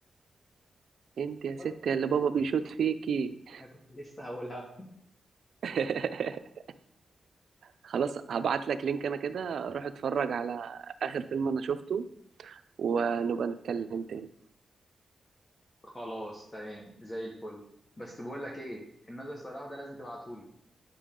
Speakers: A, on the right (about 70°); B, on the left (about 25°).
A: انت يا ست
B: وات،
A: اللي بابا بيشوط فيكي
B: انا كنت لسه هقولها
A: <laughs> خلاص هبعت لك لينك انا كده روح اتفرج على اخر فيلم انا شفته ونبقى نتكلم تاني
B: خلاص تمام زي الفل بس بقول لك ايه الناظر صلاح ده لازم تبعتهولي